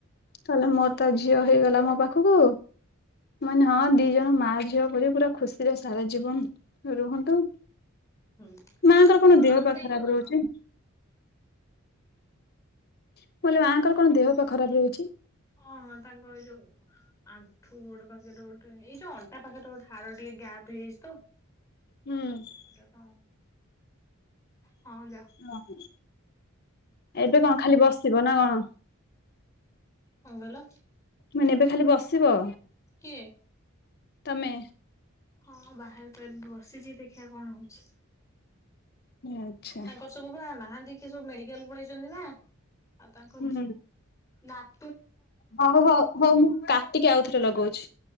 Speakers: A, on the left; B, on the left.
A: ତାହେଲେ ମୋ ତା ଝିଅ ହେଇଗଲା ମୋ ପାଖକୁ ମେ ହଁ ଦି ଜଣ ମା ଝିଅ ପ ପୁରା ଖୁସିରେ ସାରା ଜୀବନ ରୁହନ୍ତୁ।
B: ହୁଁ
A: ମାଙ୍କର କଣ
B: ଭଲ
A: ଦେହ
B: ନା
A: ପା
B: ସେଇଟା
A: ଖରାପ
B: ଭଲ।
A: ରହୁଛି। <unintelligible> ମାଆଙ୍କର କଣ ଦେହ ପା ଖରାପ ରହୁଛି।
B: ହଁ ହଁ ତାଙ୍କ ଏଇ ଯୋଉ ଆଣ୍ଠୁ ଗୋଡ ପାଖରେ ଗୋଟେ ଏଇ ଯୋଉ ଅଣ୍ଟା ପାଖରେ ଗୋଟେ ହାଡ ଟିକେ ଗ୍ୟାପ ହେଇଚି ତ
A: ହଁ
B: ସେଟ ତ ହଁ ଯା
A: ହଁ। ଏବେ କଣ ଖାଲି ବସିବ ନା କଣ?
B: କହିଲ
A: ମାନେ ଏବେ ଖାଲି ବସିବ।
B: କିଏ?
A: ତମେ।
B: ହଁ ବାହାରେ ବସିଛି ଦେଖିବା କଣ ହଉଛି।
A: ଆଚ୍ଛା
B: ତାଙ୍କର ସବୁ ବା ନାହାନ୍ତି କି ସବୁ ମେଡିକାଲ ପଳେଇଛନ୍ତି ନା। ଆଉ ତାଙ୍କ
A: ହୁଁ
B: ନା
A: ହଉ ହଉ ହଉ ମୁଁ କାତିକି ଆଉଥରେ ଲଗଉଛି।